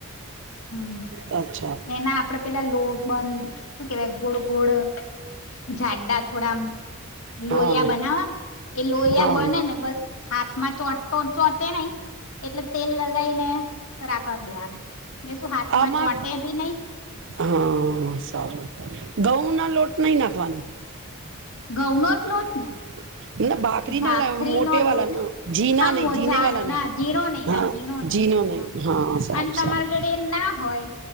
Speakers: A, on the left (about 65°); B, on the right (about 55°).
A: હમ
B: હ અચ્છા
A: એના આપડે પેલા લોબંધ શું કેવાય ગોળ ગોડ જાડા થોડા
B: હા
A: લોહીયા બનાવા એ લોહીયા
B: હા
A: બને ને બસ હાથમાં ચો ચોટે નહી એટલે તેલ લગાય ને કરા કર દેવાનું એ શું હાથમાં
B: આમાં
A: ચોંટે બી નઈ
B: હા સારું ઘઉંના લોટ નહીં નાખવાનું
A: ઘઉનોો જ લોટ ને
B: <unintelligible>
A: ભાખરી
B: ના મોટે
A: નો લોટ
B: વાલા ના જીના
A: હા
B: નહી જીને
A: ઝાડો
B: વાલા નહી
A: ના ઝીણો નહી
B: હા
A: ના ઝીણો નહી
B: જીનો
A: હ
B: હા સારું
A: અને તમારા
B: સારું
A: જોડે એમ ના હોય